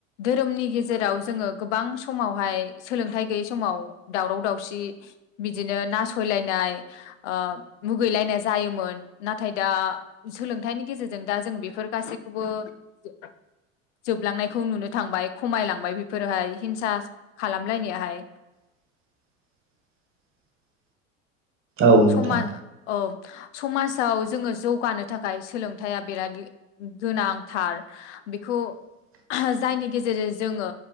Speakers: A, on the left; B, on the right.
A: धोरोमनि गेजेराव जोंङो गोबां समावहाय सोलोंथाइ गै बे समाव दावराव दावसि बिदिनो नासयलायनाय ओ मुगैलायनाय जायोमोन नाथाय दा सोलोंथाइनि गेजेरजों दा जों बेफोर गासैखौबो <unintelligible> जोबलांनायखौ नुनो थांबाय खमायलांबाय बेफोरहाय हिंसा खालामलायनायाहाय।
B: <inaudible> औ नोंथां।
A: समान औ। समाजाव जोङो जौगानो थाखाय सोलोंथाया बिराद गि गोनांथार बेखौ
B: <inaudible>
A: जायनि गेजेरजों जोङो